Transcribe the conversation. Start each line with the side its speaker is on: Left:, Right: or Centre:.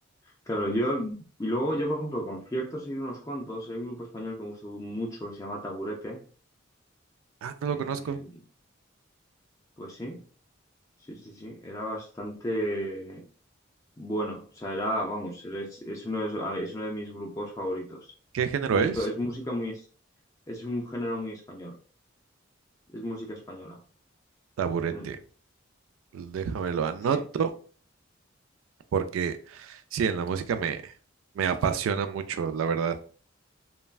Left: Claro, yo, y luego yo, por ejemplo, conciertos he ido unos cuantos. Hay un grupo español que me gustó mucho que se llama Taburete.
Right: Ah, no
Left: Eh,
Right: lo conozco.
Left: pues sí, sí, sí, sí. Era bastante bueno. O sea, era, vamos, era- es, es uno de, es uno de mis grupos favoritos.
Right: ¿Qué género
Left: Y
Right: es?
Left: to- es música muy, es un género muy español. Es música española.
Right: Taburete.
Left: Mm,
Right: Déjamelo anoto.
Left: sí.
Right: porque sí, en la música me, me apasiona mucho, la verdad.